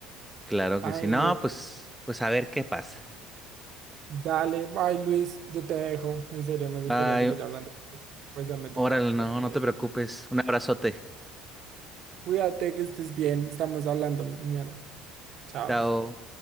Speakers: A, in the centre; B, on the right.
A: claro
B: Ay,
A: que sí. No,
B: no.
A: pues, pues a ver qué pasa.
B: Dale, bye Luis, yo te dejo. En serio, me gustaría
A: Ay,
B: seguir hablando. Pues ya me tocaba
A: órale,
B: dormir.
A: no, no te preocupes. Un abrazote.
B: Cuídate, que estés bien. Estamos hablando mañana. Chao.
A: Chao.